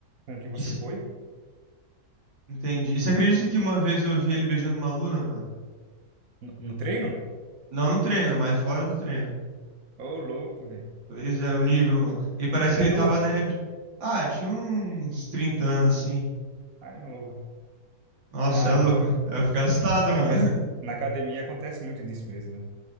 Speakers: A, on the right; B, on the right.
A: com o que você
B: isso-
A: foi,
B: Entendi. E você acredita que uma vez eu vi ele beijando uma aluna, mano?
A: No, no treino?
B: Não no treino, mas fora do treino.
A: Ô, louco, velho.
B: Pois é, o nível, mano. E parece
A: Ele
B: que ele
A: é novo?
B: tava nem aí pra... Ah, tinha uns 30 anos, assim.
A: Ah, é novo.
B: Nossa,
A: Caramba.
B: é louco. Eu fico assustado,
A: Cara,
B: mano.
A: mas na academia acontece muito disso mesmo, né?